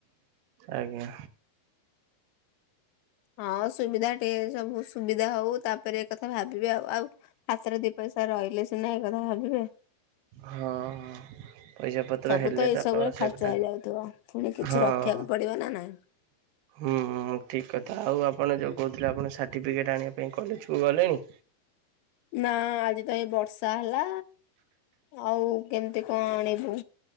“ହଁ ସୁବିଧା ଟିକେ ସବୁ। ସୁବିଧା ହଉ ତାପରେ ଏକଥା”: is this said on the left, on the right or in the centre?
Left